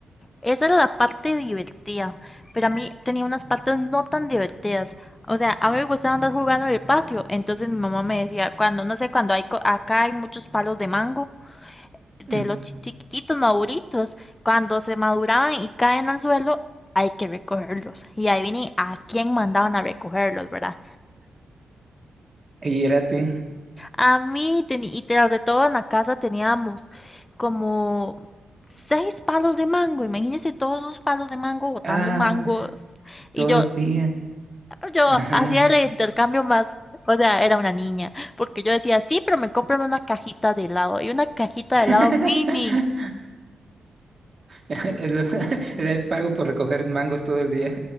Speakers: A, on the left (about 25°); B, on the right (about 40°).
A: Esa era la parte divertida, pero a mí tenía unas partes no tan divertidas. O sea, a mí me gustaba andar jugando en el patio, entonces mi mamá me decía, cuando, no sé, cuando hay, co- acá hay muchos palos de mango, de
B: Mm.
A: los chi- chiquititos maduritos, cuando se maduraban y caen al suelo, hay que recogerlos. Y ahí viene a quién mandaban a recogerlos, ¿verdad?
B: Y era a ti,
A: A mí, teni- y tras de todo en la casa teníamos como seis palos de mango, imagínense todos los palos de mango botando
B: ah,
A: mangos.
B: s-
A: Y
B: todo
A: yo,
B: el día.
A: Yo
B: Ajá.
A: hacía el intercambio más, o sea, era una niña, porque yo decía, sí, pero me compran una cajita de helado y una cajita
B: <laughs>
A: de helado mini.
B: El- Era el pago por recoger mangos todo el día.